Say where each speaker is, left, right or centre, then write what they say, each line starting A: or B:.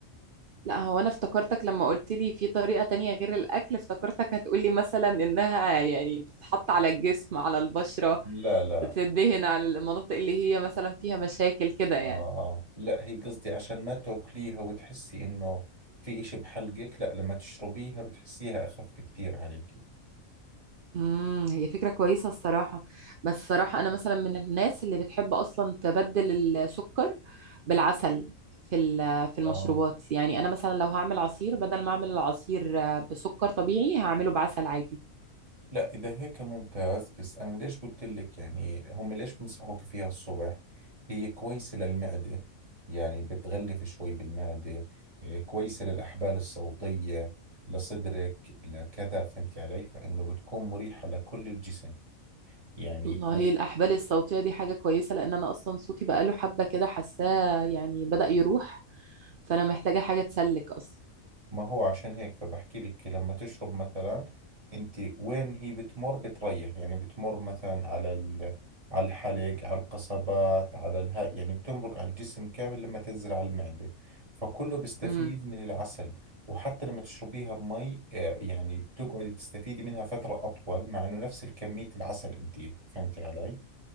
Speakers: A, on the right; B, on the right.
A: لا هو انا افتكرتك لما قلت لي في طريقة تانية غير الاكل افتكرتك هتقولي مثلا انها يعني بتتحط على الجسم على البشرة
B: لا لا
A: تدهن على المناطق اللي هي مثلا فيها مشاكل كده يعني
B: آه آه. لا هي قصدي عشان ما تاكليها وتحسي إنه في إشي بحلقك لا لما تشربيها بتحسيها أخف كثير عليكي
A: امم هي فكرة كويسة الصراحة بس الصراحة انا مثلا من الناس اللي بتحب اصلا تبدل السكر بالعسل في ال- في المشروبات
B: آه
A: يعني انا مثلا لو هعمل عصير بدل ما اعمل العصير آه، بسكر طبيعي هعمله بعسل عادي
B: لا إذا هيك ممتاز بس أنا ليش قلت لك يعني هم ليش بنصحوك فيها الصبح هي كويسة للمعدة يعني بتغلف شوي بالمعدة إيه، كويسة للأحبال الصوتية لصدرك لكذا فهمتي علي فإنه بتكون مريحة لكل الجسم يعني
A: والله الأحبال الصوتية دي حاجة كويسة لأن أنا أصلا صوتي بقاله حبة كده حاساه يعني بدأ يروح فأنا محتاجة حاجة تسلك أصلا
B: ما هو عشان هيك فبحكي لك لما تشرب مثلا انت وين هي بتمر بتريح يعني بتمر مثلا على ال... على الحلق على القصبات على الها يعني بتمرق على الجسم كامل لما تنزل على المعدة فكله بيستفيد
A: امم
B: من العسل وحتى لما تشربيها بمي آه، يعني بتقعدي تستفيدي منها فترة أطول مع إنه نفس الكمية العسل أنت فهمتي علي؟